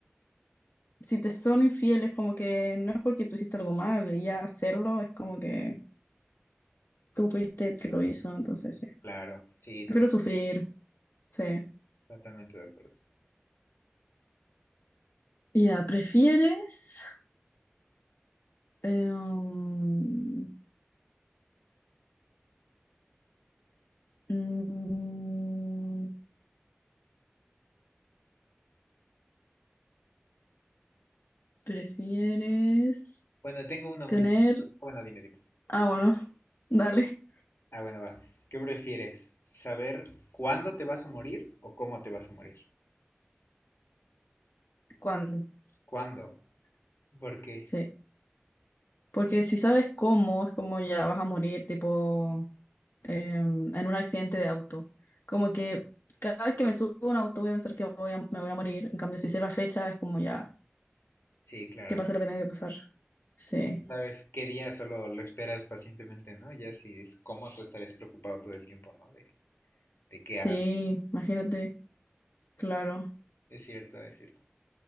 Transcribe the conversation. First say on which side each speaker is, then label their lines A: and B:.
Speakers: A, on the left; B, on the left.
A: si te son infieles, como que no es porque tú hiciste algo mal, y ya hacerlo es como que tú fuiste el que lo hizo, entonces sí.
B: claro, sí,
A: Prefiero
B: to-
A: sufrir, sí.
B: totalmente de acuerdo.
A: Ya, ¿prefieres? eh, um, mm, ¿prefieres
B: Bueno, tengo una muy
A: tener
B: buena. Bueno, dime, dime.
A: Ah, bueno, dale.
B: Ah, bueno, va. ¿Qué prefieres? ¿Saber cuándo te vas a morir o cómo te vas a morir?
A: ¿Cuándo?
B: ¿Cuándo? Porque,
A: Sí. Porque si sabes cómo, es como ya vas a morir, tipo, em, en un accidente de auto. Como que cada vez que me subo a un auto voy a pensar que voy a- me voy a morir. En cambio, si sé la fecha, es como ya,
B: sí, claro.
A: que pase lo que tenga que pasar. Sí.
B: Sabes qué día solo lo esperas pacientemente, ¿no? Ya si es cómo tú estarías preocupado todo el tiempo, ¿no? De, de qué
A: Sí,
B: hago.
A: imagínate. Claro.
B: Es cierto, es cierto.